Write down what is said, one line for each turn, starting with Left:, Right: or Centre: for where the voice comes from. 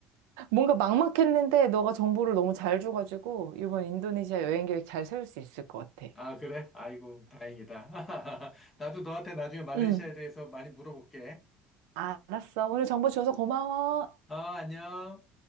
Right: 뭔가 막막했는데 너가 정보를 너무 잘 줘가지고 이번 인도네시아 여행 계획 잘 세울 수 있을 것 같아.
Left: 아, 그래? 아이고, 다행이다. <laughs> 나도 너한테 나중에 말레이시아에
Right: 응,
Left: 대해서 많이 물어볼게.
Right: 알았어. 오늘 정보 줘서 고마워.
Left: 어, 안녕.